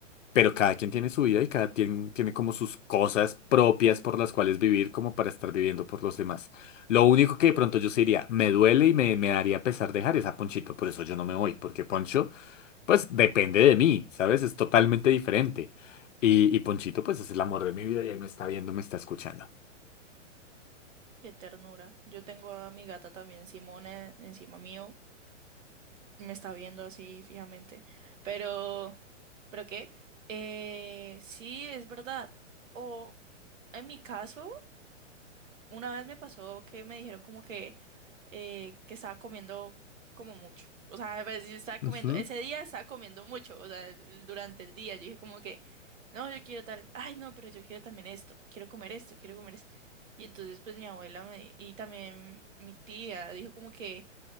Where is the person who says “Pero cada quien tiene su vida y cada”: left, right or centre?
Left